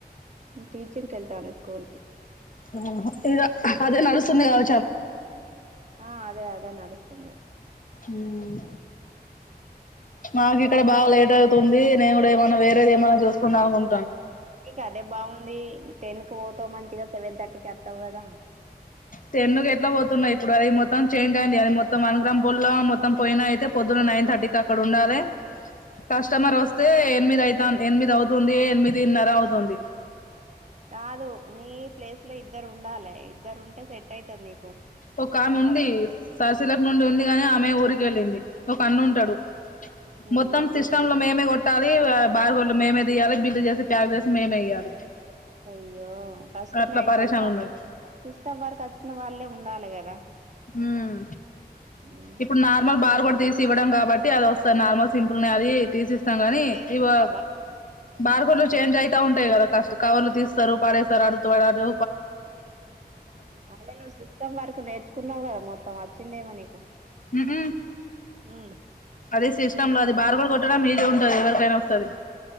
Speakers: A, on the right; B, on the left.
A: టీచింగ్ కెల్తాంది స్కూల్ కి
B: ఆహ ఇద అదే నడుస్తుంది కావ
A: ఆ అదే అదే నడుస్తుంది.
B: ఉమ్ మాకు ఇక్కడ బాగా లేట్ అవుతుంది నేను కూడా ఏమైన్నా వేరేది ఏమన్నా చూసుకుందామనుకుం
A: ఇంక అదే బాగుంది టెన్ కి పోతావు మంచిగా సెవెన్ థర్టీ కి వత్తావు కదా.
B: టెన్నుకు ఎట్లా పోతున్నా ఇప్పుడు అది మొత్తం చేంజ్ అయింది అది మొత్తం వన్ గ్రామ్ గోల్డ్ లా మొత్తం పోయిన అయితే పొద్దున్న. నైన్ థర్టీ కి అక్కడ ఉండాలె కస్టమర్ వస్తే ఎనిమిది అయితాం ఎనిమిది అవుతుంది ఎనిమిదిన్నర అవుతుంది.
A: కాదు నీ ప్లేస్ లో ఇద్దరు ఉండాలె ఇద్దరు ఉంటే సెట్ అయితంది.
B: ఒక ఆమె ఉంది సరసిల్లకు నుండి ఉంది గాని ఆమె ఊరికి వెళ్ళింది. ఒక అన్న ఉంటాడు
A: ఉమ్
B: మొత్తం సిస్టమ్ లో మేమే కొట్టాలి బార్కోడ్లు మేమే తియ్యాలి బిల్ చేసి టాబ్లెట్స్ మేమే ఇయ్యాలి <inaudible>
A: అయ్యో కష్టమే
B: అట్లా
A: అయితది
B: పరేశాన్
A: మరి
B: ఉన్నది
A: సిస్టమ్ వర్క్ వచ్చిన వాళ్ళే ఉండాలి కదా
B: ఉమ్
A: ఉమ్,
B: ఇప్పుడు నార్మల్ బార్ కోడ్ తీసి ఇవ్వడం కాబట్టి అది వస్తది నార్మల్ సింపుల్ నే అది తీసి స్తాం కాని
A: నువ్వు నేర్చుకున్నావా
B: ఈ బా బార్ కోడ్లు చేంజ్ అయితా ఉంటాయి కదా కష్ట కవర్లు తీస్తారు పడేసు తరాడుతువరాజు
A: ఆన్లైన్ లో సిస్టమ్ వర్క్ నేర్చుకున్నావు కదా మొత్తం వచ్చిందేమో నీకు
B: ఉ ఉహు
A: ఉమ్
B: అదే సిసు సిస్టమ్ లో అది బారు కోడ్ కొట్టడం మీజే ఉంటది ఎవరికైనా వస్తది